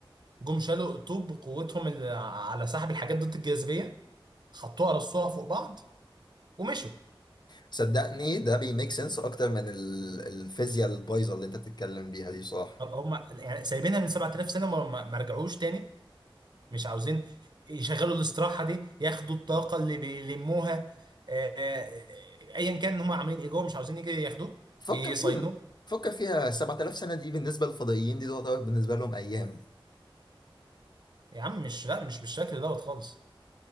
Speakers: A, on the right; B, on the left.
A: جم شالوا الطوب بقوتهم اللي على سحب الحاجات ضد الجاذبيه حطوها رصوها فوق بعض ومشوا
B: صدقني ده بيميك سنس اكتر من ال- الفيزياء البايظه اللي انت بتتكلم بيها دي صح
A: هم يعني سايبينها من 7000 سنه ما ما- ما رجعوش تاني مش عاوزين يشغلوا الاستراحه دي ياخدوا الطاقه اللي بيلموها آه، آه، ايا كان هم عاملين ايه جوه مش عاوزين يجي ياخدوه
B: فكر
A: يصينوه
B: فيها فكر فيها 7000 سنه دي بالنسبه للفضائيين دي تعتبر بالنسبه لهم ايام
A: يا عم مش لا مش بالشكل دوت خالص